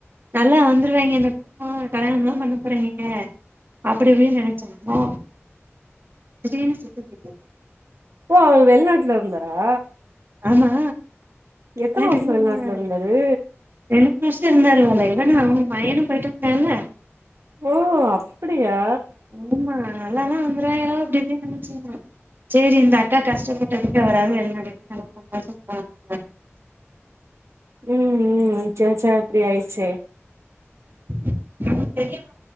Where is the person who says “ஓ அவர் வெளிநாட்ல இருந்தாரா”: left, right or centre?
Right